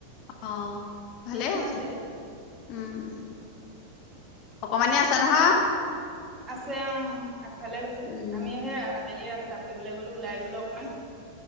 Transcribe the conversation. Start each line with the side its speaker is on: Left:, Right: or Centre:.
Left: অ ভালেই
Right: পিছ
Left: আছে।
Right: মাছে
Left: উম ওম! অকমানেই
Right: সেয়া
Left: আছে নহয়?
Right: আছে অ, আগফালে গৈছেগে।
Left: উম,
Right: আমি সেই আবেলি ৰাস্তা ফুৰিবলৈ গ'লো ওলাই গ'লো অকমান।